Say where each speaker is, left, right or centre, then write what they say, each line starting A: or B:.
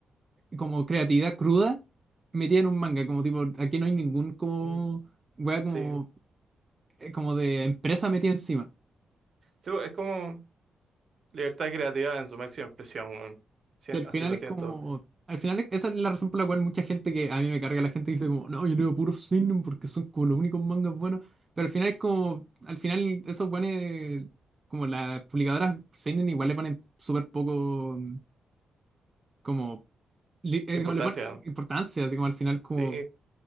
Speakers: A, on the right; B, on the right.
A: como creatividad cruda metida en un manga, como tipo, aquí no hay ningún como
B: mm,
A: wea
B: sí.
A: como, eh, como de empresa metida encima.
B: Sí, pues, es como libertad creativa en su máxima expresión, weón. Sien-
A: Que al
B: así
A: final
B: lo
A: es
B: siento.
A: como. Al final es- esa es la razón por la cual mucha gente que a mí me carga la gente dice como, no, yo leo puro seinen porque son como los únicos mangas buenos. Pero al final es como, al final eso pone como las publicadoras seinen igual le ponen súper poco como, li- eh,
B: Importancia.
A: como le ponen
B: weón.
A: importancia, así como al final como
B: Sí,